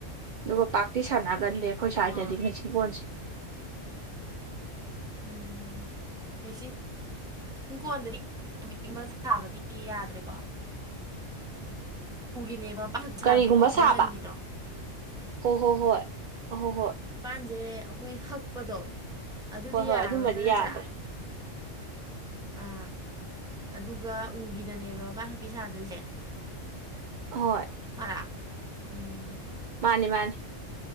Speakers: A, on the right; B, in the centre.
A: ꯑꯗꯨꯒ ꯄꯥꯛꯇꯤ ꯁꯥꯟꯅꯒꯟꯗꯦ ꯑꯈꯣꯏ
B: ꯑꯥ
A: ꯁ꯭ꯋꯥꯏꯗꯗꯤ ꯃꯦꯆꯤꯟ ꯀꯣꯟꯖꯦ
B: ꯎꯝ ꯃꯦꯆꯤꯟ ꯏꯟ ꯀꯣꯟꯗꯤ <unintelligible> ꯁꯥꯕꯗꯤ ꯌꯥꯗ꯭ꯔꯦꯀꯣ ꯎꯒꯤꯅꯦꯕ ꯄꯥꯛ ꯁꯥꯗ꯭ꯔꯤꯀꯣ
A: ꯀꯔꯤꯒꯨꯝꯕ
B: ꯐꯦꯟꯖꯟꯕꯤꯗꯣ
A: ꯁꯥꯕ ꯍꯣ ꯍꯣ ꯍꯣꯏ ꯑꯍꯣ ꯍꯣꯏ
B: ꯄꯥꯟꯖꯦ ꯑꯈꯣꯏ ꯍꯛꯄꯗꯣ ꯑꯗꯨꯗꯤ
A: ꯍꯣꯏ ꯍꯣꯏ
B: ꯌꯥꯔꯔꯣꯏꯕ
A: ꯑꯗꯨꯝꯕꯗꯤ
B: ꯅꯠꯇ꯭ꯔꯥ
A: ꯌꯥꯗ꯭ꯔꯦ
B: ꯑ ꯑꯗꯨꯒ ꯎꯒꯤꯗꯅꯦꯕ ꯃꯄꯥꯥꯟ ꯍꯛꯄꯤ ꯁꯥꯗꯣꯏꯖꯦ
A: ꯍꯣꯏ
B: ꯃꯂꯥ ꯎꯝ
A: ꯃꯥꯅꯦ ꯃꯥꯅꯦ